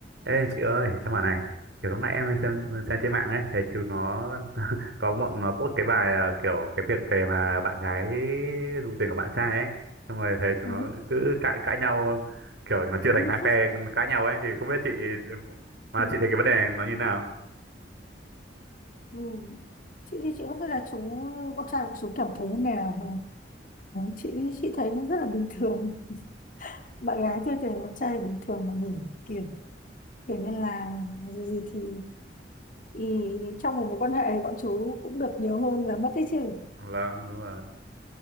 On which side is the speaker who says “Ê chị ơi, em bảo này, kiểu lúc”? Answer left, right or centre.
Right